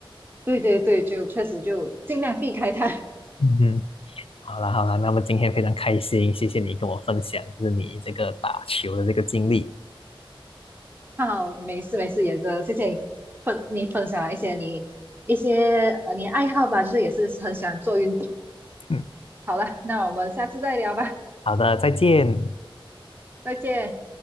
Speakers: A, on the right; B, on the left.
A: 对对对，就确实就尽量避开他。
B: 嗯哼。好啦好啦，那么今天非常开心，谢谢你跟我分享，就是你这个打球的这个经历。
A: <laughs> 好，没事没事，也的，谢谢你分你分享了一些你一些呃你爱好吧，就是也是很喜欢做运动。
B: 嗯，
A: 好了，那我们下次再聊吧，
B: 好的，再见。
A: 再见。